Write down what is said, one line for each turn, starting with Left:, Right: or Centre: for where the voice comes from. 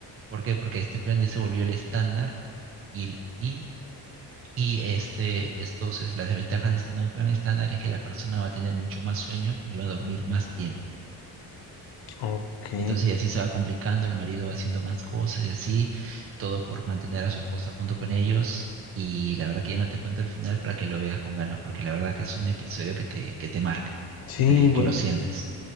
Right: ¿Por qué? Porque este plan ya se volvió el estándar y, y, y este, estos, es- las desventajas de este nuevo plan estándar es que la persona va a tener mucho más sueño y va a dormir más tiempo.
Left: Ok.
Right: Entonces, y así se va complicando, el marido va haciendo más cosas y así, todo por mantener a su esposa junto con ellos. Y la verdad que ya no te cuento el final para que lo veas con ganas, porque la verdad que es un episodio que te, que te marca,
Left: Sí,
Right: que te,
Left: güey.
Right: que lo sientes.